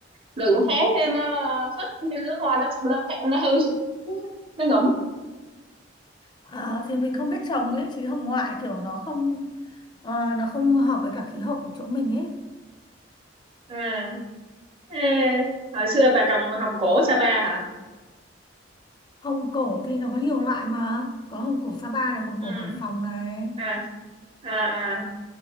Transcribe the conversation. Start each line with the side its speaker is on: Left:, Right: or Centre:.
Right: đừng tháng cái nó hết cái lứa hoa đó xong nó nó hư nó ngủm
Left: Ờ, thì mình không biết trồng ấy chứ hồng ngoại kiểu nó không ờ, nó không hợp với cả khí hậu của chỗ mình ấy
Right: à ê, hồi xưa bà trồng hồng cổ Sapa hả
Left: hồng cổ thì nó có nhiều loại mà có hồng cổ Sapa này hồng cổ
Right: ừ
Left: Hải Phòng này
Right: à à